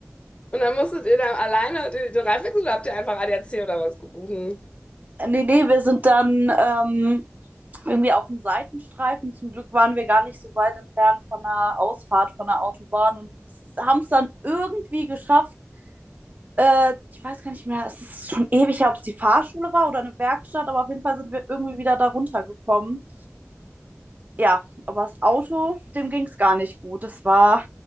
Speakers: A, on the left; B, on the right.
A: Und dann musstet ihr da alleine den den Reifenwechsel oder habt ihr einfach ADAC oder was gerufen?
B: Nee, nee, wir sind dann ähm, irgendwie auf dem Seitenstreifen. Zum Glück waren wir gar nicht so weit entfernt von einer Ausfahrt von der Autobahn und haben es dann irgendwie geschafft. Äh, ich weiß gar nicht mehr, es ist schon ewig, her, ob es die Fahrschule war oder eine Werkstatt, aber auf jeden Fall sind wir irgendwie wieder da runtergekommen. Ja, aber das Auto, dem ging es gar nicht gut. Das war